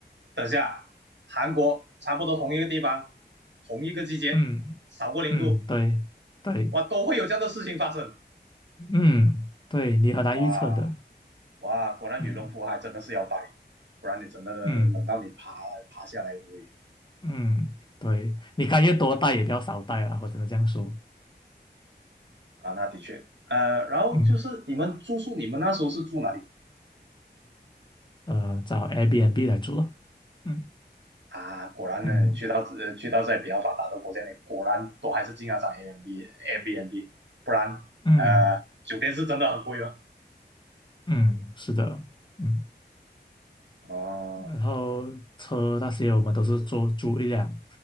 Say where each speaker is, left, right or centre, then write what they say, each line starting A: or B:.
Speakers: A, on the right (about 85°); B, on the left (about 25°).
A: 等一下，韩国差不多同一个地方，同一个季节，
B: 嗯嗯，
A: 少过零度。
B: 对对，
A: 哇，都会有这样的事情发生。
B: 嗯对，你很难预测的。
A: 哇哇，果然羽绒服还真的是要带，
B: 嗯
A: 不然你真的冷到你爬爬下来喂
B: 嗯嗯，对，你该越多带也不要少带啊，我只能这样说。
A: 啊，那的确。呃，然后就是你们住宿，
B: 嗯，
A: 你们那时候是住哪里
B: 呃，找 Airbnb 来住了。嗯
A: 啊？果然呢，
B: 嗯
A: 去到呃去到在比较发达的国家呢，你果然都还是经常涨 a M b n b a b n b 不然呃酒店是真的很贵了。
B: 嗯嗯，是的，嗯，
A: 哦，
B: 然后车那些我们都是租租一辆